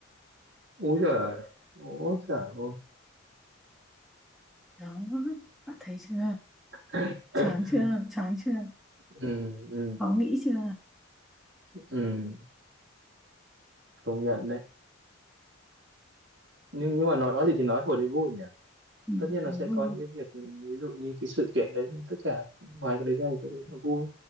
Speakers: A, on the right; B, in the centre.
A: úi giời úi giời ôi
B: đó bạn thấy chưa
A: <laughs>
B: choáng chưa choáng chưa
A: ừ ừ
B: khó nghĩ chưa
A: ừ công nhận đấy nhưng nhưng mà nói nói gì thì nói hồi đấy vui nhỉ
B: ừ,
A: tất nhiên là
B: thấy
A: sẽ
B: vui
A: có những cái việc ví dụ như cái sự kiện đấy nhưng tất cả ngoài cái đấy ra thì tôi thấy là vui